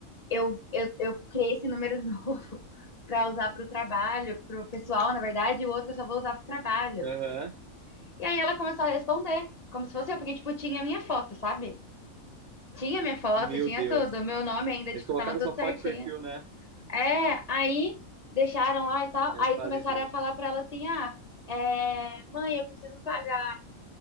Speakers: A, on the left; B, on the right.
A: eu, eu, eu criei esse número <laughs> novo pra usar pro trabalho, pro pessoal, na verdade, e o outro eu só vou usar pro trabalho.
B: Aham.
A: E aí ela começou a responder, como se fosse eu, porque, tipo, tinha a minha foto, sabe? Tinha minha foto,
B: Meu
A: tinha
B: Deus.
A: tudo, meu nome ainda,
B: Eles
A: tipo,
B: colocaram
A: tava tudo
B: sua
A: certinho.
B: foto de perfil, né?
A: É, aí deixaram lá e tal,
B: Eles
A: aí
B: fazem
A: começaram
B: isso mesmo.
A: a falar pra ela assim, ah, é, mãe, eu preciso pagar